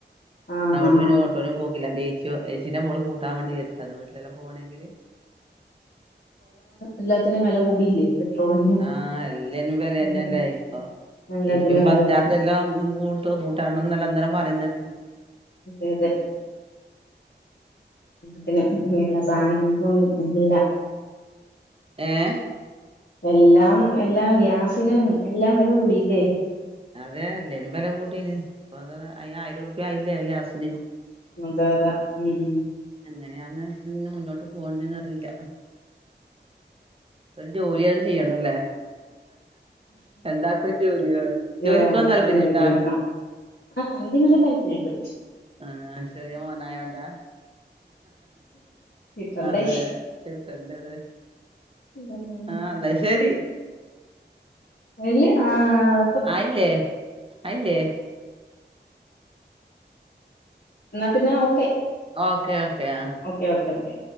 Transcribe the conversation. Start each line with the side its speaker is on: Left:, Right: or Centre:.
Left: ആഹ്
Right: അതുകൊണ്ട്
Left: ആഹ്
Right: പിന്നെ ഓട്ടോനും പോക്കില്ലാ. ചേച്ചിന്റെ മോൾ കൂട്ടാൻ വേണ്ടി വ വിട്ടിൽ ലെല്ലാം പോകണെങ്കില്.
Left: എല്ലാത്തിനും വില കൂടിയില്ലേ? പെട്രോളിനും
Right: ആ, എല്ലതിന്നും വിലന്നെല്ലേ
Left: ഉം
Right: ഇപ്പൊ.
Left: എല്ലാത്തിനും
Right: ഇപ്പോ
Left: വില
Right: ബസ്
Left: കൂടി
Right: ചാർജ് എല്ലാം കുട്ടു കുട്ടണം എന്ന ല്ലേ ഇന്നലെ പറയണ്.
Left: അതെ അതെ <unintelligible> പിന്നെ എല്ല സാധനങ്ങക്കും എല്ലാം
Right: ഏഹ്
Left: എല്ലാം എല്ലാ ഗ്യാസിനും എല്ലാം വില കൂടിയില്ലേ
Right: അതെ അല്ലേനും വില കൂടീന് അപ്പഅത് ആയിരം രുപ്യയില്ലേ ഗ്യാസിന്
Left: അതെ അതാ മം മം
Right: എങ്ങനെയാന്ന് ഇന്ന് മുന്നോട്ട് പോണ്ടന്ന് അറിയില്ല ഒരു ജോലിയല്ലാം ചെയ്യണല്ലേ രണ്ടാക്കും ജോലി വേണം
Left: ജോ
Right: ജോലിക്ക്
Left: രണ്ടക്കും
Right: പോവാൻ താല്പര്യണ്ടാ
Left: ജോലി വേണം ആഹ് എനിക്ക് നല്ല താല്പര്യുണ്ട്
Right: ആഹ് ശെരിയ മോനായോണ്ടാ
Left: കിട്ടണ്ടേ
Right: അതെ ഇട്ടണ്ട് അത്
Left: ഉം
Right: ആഹ് എന്ന ശരി
Left: എല്ല ആഹ്
Right: ആയില്ലേ അയില്ലേ
Left: എന്നാ പിന്നെ ഓക്കെ
Right: ഓക്കേ ഓക്കേ ആഹ്
Left: ഓക്കെ ഓക്ക ഓക്കെ